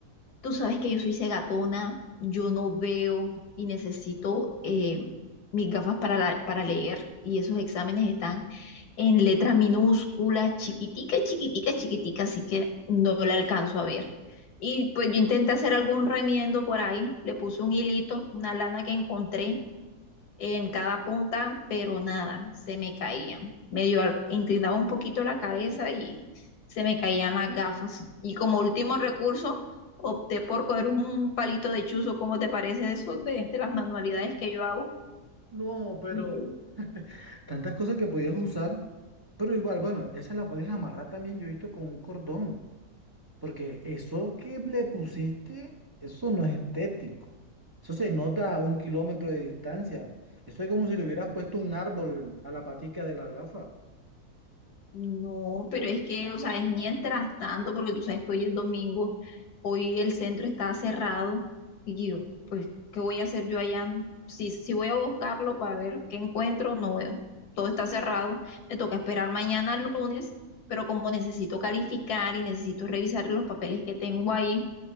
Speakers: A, on the left; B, on the right.
A: tú sabes que yo soy cegatona, yo no veo y necesito eh, mis gafas para, la- para leer. Y esos exámenes están en letra minúscula, chiquitica, chiquitica, chiquitica, así que no la alcanzo a ver. Y pues yo intenté hacer algún remiendo por ahí, le puse un hilito, una lana que encontré en cada punta, pero nada, se me caían. Medio al- inclinaba un poquito la cabeza y se me caían las gafas. Y como último recurso, opté por coger un palito de chuzo. ¿Cómo te parece eso de, de las manualidades que yo hago?
B: No, pero
A: Me quedé,
B: tantas cosas que podías usar, pero igual, bueno, esa la puedes amarrar también, yo he visto con un cordón. Porque eso que le pusiste, eso no es estético. Eso se nota a un kilómetro de distancia. Eso es como si le hubieras puesto un árbol a la patica de la gafa.
A: No, pero es que, o sea, es mientras tanto, porque tú sabes que hoy es domingo. hoy el centro está cerrado y yo, pues, ¿qué voy a hacer yo allá? Si, si voy a buscarlo para ver qué encuentro, no veo. Todo está cerrado. Me toca esperar mañana lunes, pero como necesito calificar y necesito revisar los papeles que tengo ahí,